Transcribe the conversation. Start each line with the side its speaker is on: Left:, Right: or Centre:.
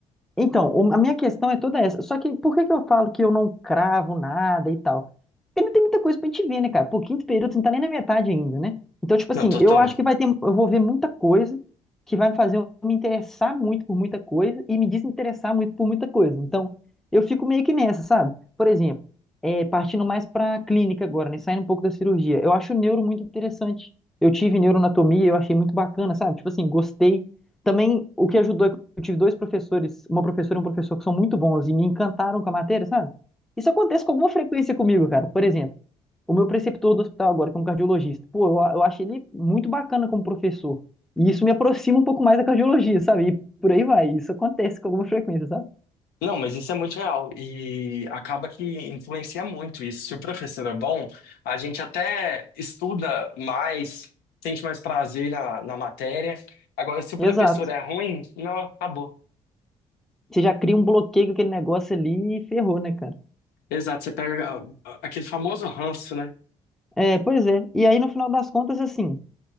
Centre: então, o- a minha questão é toda essa. Só que por que que eu falo que eu não cravo nada e tal? Porque não tem muita coisa pra gente ver, né, cara? Pô, quinto período, você não tá nem na metade ainda, né? Então, tipo assim,
Left: Não, total.
Centre: eu acho que vai ter, eu vou ver muita coisa que vai me fazer eu me interessar muito por muita coisa e me desinteressar muito por muita coisa. Então, eu fico meio que nessa, sabe? Por exemplo, é, partindo mais pra clínica agora, né? Saindo um pouco da cirurgia. Eu acho o neuro muito interessante. Eu tive neuroanatomia, eu achei muito bacana, sabe? Tipo assim, gostei. Também o que ajudou eu tive dois professores, uma professora e um professor que são muito bons e me encantaram com a matéria, sabe? Isso acontece com alguma frequência comigo, cara. Por exemplo, o meu preceptor do hospital agora, que é um cardiologista, pô, eu, eu acho ele muito bacana como professor. E isso me aproxima um pouco mais da cardiologia, sabe? E por aí vai. Isso acontece com alguma frequência, sabe?
Left: Não, mas isso é muito real e acaba que influencia muito isso. Se o professor é bom, a gente até estuda mais, sente mais prazer na, na matéria. Agora, se o
Centre: Exato.
Left: professor é ruim, não, acabou.
Centre: Você já cria um bloqueio com aquele negócio ali e ferrou, né, cara?
Left: Exato, você pega ah, aquele famoso ranço, né?
Centre: É, pois é. E aí, no final das contas, assim.